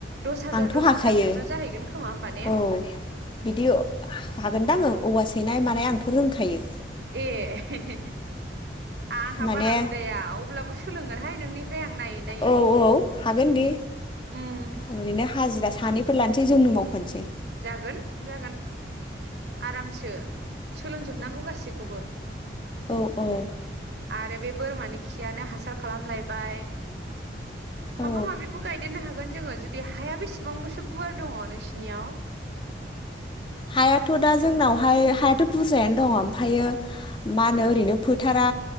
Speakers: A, on the right (about 65°); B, on the left (about 25°).
A: दस हाजार
B: आंथ'
A: दस
B: हाखायो
A: हाजारजोंनो जाहैगोन खोमा होमबा ने
B: औ बिदि हागोनदां ओं औवा सैनाय मानाय आंथ' रोंखायो।
A: ए हे हे आंहा
B: माने
A: बारा उदाया अब्लाबो सोलोंगोनहाय नोंनिफ्राय आं नायै नायै
B: औ औ हागोन दे
A: उम।
B: ओरैनो हाजिरा सानैफोर लानोसै जोंनो मावफानोसै।
A: जागोन जागोन आरामसो सोलोंजोब जोबनांगौ गासैखौबो।
B: औ औ
A: आरो बे बोरमानि खियानो हासार खालाम लायबाय माबा
B: औ
A: माबिबो गायदेरनो हागोन जोङो जुदि हाया बेसे बेसेबांबोसो गुवार दङ नोंसिनियाव
B: हायाथ' दा जोंनावहाय हायाथ' बुरजायानो दङ ओमफ्रायो मा होनो
A: उम
B: ओरैनो टारा